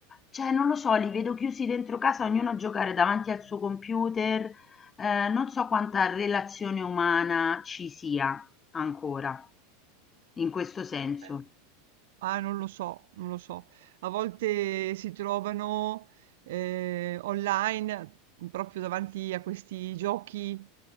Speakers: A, on the left (about 20°); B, on the right (about 75°).
A: cioè, non lo so, li vedo chiusi dentro casa, ognuno a giocare davanti al suo computer, ehm, non so quanta relazione umana ci sia ancora in questo senso.
B: Eh, Ah, non lo so, non lo so. A volte si trovano eh, online proprio davanti a questi giochi